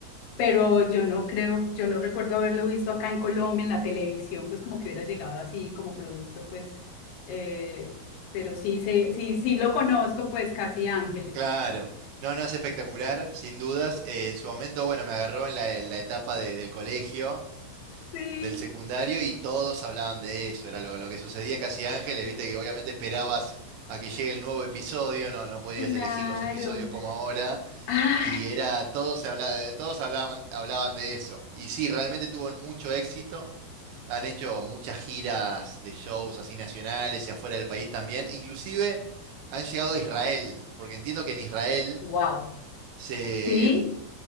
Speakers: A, on the left; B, on the right.
A: pero yo no creo, yo no recuerdo haberlo visto acá en Colombia, en la televisión, pues como que hubiera llegado así como producto, pues, eh, pero sí, sé- sí, sí lo conozco, pues casi Ángeles.
B: Claro, no, no es espectacular, sin dudas. Eh, en su momento, bueno, me agarró en la, en la etapa de- del colegio,
A: Sí,
B: del secundario, y todos hablaban de eso. Era lo, lo que sucedía en Casi Ángeles, viste que obviamente esperabas a que llegue el nuevo episodio, no, no podías
A: claro.
B: elegir los episodios como ahora,
A: Ay,
B: y era, todos se hablaba, todos hablaban, hablaban de eso. Y sí, realmente tuvo mucho éxito. Han hecho muchas giras de shows así nacionales y afuera del país también. Inclusive han llegado a Israel, porque entiendo que en Israel
A: wow.
B: se,
A: Sí,
B: mm,